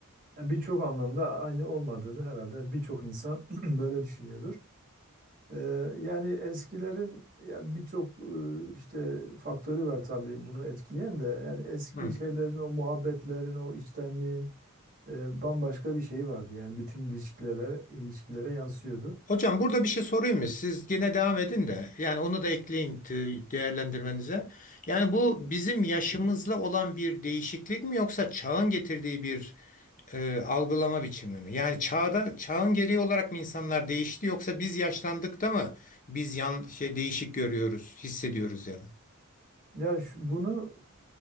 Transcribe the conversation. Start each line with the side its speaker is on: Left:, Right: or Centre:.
Right: yani birçok anlamda aynı olmadığını herhalde birçok insan <clears throat> böyle düşünüyordur. Ee, yani eskilerin ya birçok e, işte faktörü var tabii bunu etkileyen de yani eski
Left: hı.
Right: şeylerin o muhabbetlerin o içtenliğin e, bambaşka bir şey vardı. Yani bütün ilişkilere ilişkilere yansıyordu.
Left: Hocam burada bir şey sorayım mı? Siz yine devam edin de yani onu da ekleyin t- değerlendirmenize. Yani bu bizim yaşımızla olan bir değişiklik mi yoksa çağın getirdiği bir e, algılama biçimi mi? Yani çağda çağın gereği olarak mı insanlar değişti yoksa biz yaşlandık da mı biz yan şey değişik görüyoruz, hissediyoruz yani?
Right: Ya şu- bunu